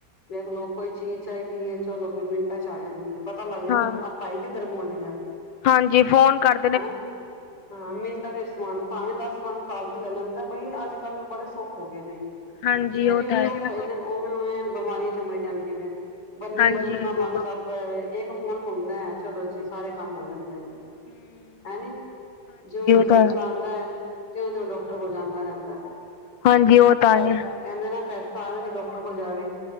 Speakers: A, on the left; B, on the left.
A: ਦੇਖਲੋ, ਕੋਈ ਚੀਜ਼ ਚਾਈਦੀ ਏ ਚਲੋ ਵੀ ਮਿੰਟਾਂ'ਚ ਆ ਜਾਂਦੀ ਏ। ਪਤਾ ਲੱਗ ਜਾਂਦਾ
B: ਹਾਂ
A: ਆ ਭਾਈ, ਕਿੱਧਰ ਪੋਂਚਗਿਆ।
B: ਹਾਂਜੀ, ਫੋਨ ਕਰ
A: ਹੈ ਨੇ? ਹਾਂ, ਮਿੰਟਾਂ ਦੇ ਸਮਾਨ ਨੂੰ, ਪਾਵੇਂ ਦਸ-ਪੰਜ ਫਾਲਤੂ ਲੈ ਲੈਂਦਾ ਬਈ, ਅੱਜ-ਕੱਲ ਬੜੇ ਸੌਖੇ ਸੁੱਖ ਹੋਗੇ ਨੇ।
B: ਹਾਂਜੀ
A: ਜਿਵੇਂ-ਜਿਵੇਂ
B: ਉਹ ਤਾਂ
A: ਸੁੱਖ
B: ਹੈ ਹਾਂਜੀ
A: ਹੋਏ ਨੇ, ਓਵੇਂ-ਓਵੇਂ
B: ਹੂੰ
A: ਬਿਮਾਰੀਆਂ ਚਮੜ ਜਾਂਦੀਆਂ ਫਿਰ। ਬੰਦੇ
B: ਹਾਂਜੀ
A: ਨੇ ਤੁਰਨਾ
B: ਉਹ
A: ਬੰਦ ਕਰਤਾ ਵੇ, ਇੱਕ ਫੋਨ ਘੁਮਦੈ, ਚਲੋ ਜੀ, ਸਾਰੇ ਕੰਮ ਹੋ ਜਾਂਦੇ ਨੇ। ਹੈਨੀ, ਜਿਉਂ-ਜਿਉਂ
B: ਤਾਂ
A: ਪੈਸਾ ਆਂਦਾ ਐ, ਤਿਉਂ-ਤਿਉਂ ਡੋਕ ਕਟਰ ਕੋਲ ਜਾਂਦਾ ਰਹਿੰਦਾ,
B: ਹਾਂਜੀ ਉਹ ਤਾਂ
A: ਟੈਸ
B: ਹੈ
A: ਕਹਿੰਦੇ ਨਾ, ਪੈਸਾ ਆਵੇ ਤੇ ਡੌਕਟਰ ਕੋਲ ਜਾਵੇ।